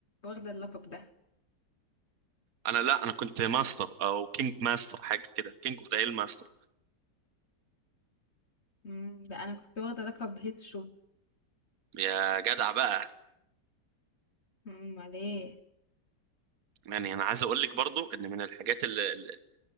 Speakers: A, on the left; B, on the right.
A: واخدة اللقب ده
B: انا لا انا كنت ماستر او كينج ماستر حاجه كده كينج اوف ذا هيل ماستر
A: مم، ده انا كنت واخدة لقب هيت شوت
B: يا جدع بقى
A: مم، عليه
B: يعني انا عايز اقول لك برضو ان من الحاجات اللي اللي-